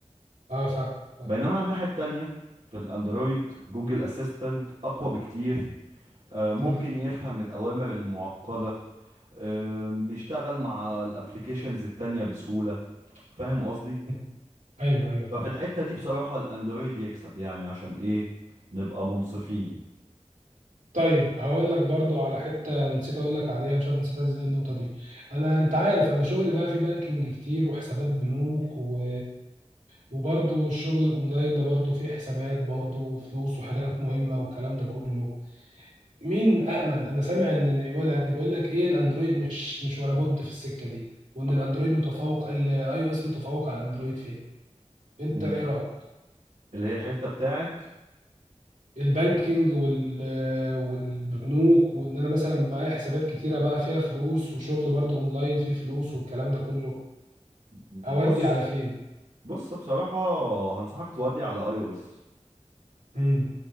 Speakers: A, on the right; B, on the right.
A: اه فاهم فاهم.
B: بينما على الناحية التانية في الاندرويد جوجل اسيستنت اقوى بكتير آه، ممكن
A: امم
B: يفهم الأوامر المعقدة آه، بيشتغل مع الابليكيشنز التانية بسهولة فاهم قصدي
A: أمم. ايوه ايوه فاهم
B: ففي الحتة دي بصراحة الاندرويد يكسب يعني عشان ايه نبقى منصفين
A: طيب هقول لك برضو على حتة نسيت اقول لك عليها مش عارف نسيتها ازاي النقطة دي انا انت عارف انا شغلي بقى في بانكينج كتير وحسابات بنوك و... وبرضو الشغل الاونلاين ده برضو فيه حسابات برضو وفلوس وحاجات مهمة والكلام ده كله مين أأمن انا سامع ان يقول يعني بيقول لك ايه الاندرويد مش مش ولا بد في السكة دي وان الاندرويد متفوق الاي او اس متفوق على الاندرويد فيها انت
B: مم.
A: ايه رأيك
B: اللي هي الحتة بتاعت
A: البانكينج وال والبنوك وان انا مثلا معايا حسابات كتيره بقى فيها فلوس وشغل برضو اونلاين فيه فلوس والكلام ده كله
B: بص
A: اودي على فين
B: بص بصراحة هنصحك تودي على اي او اس
A: امم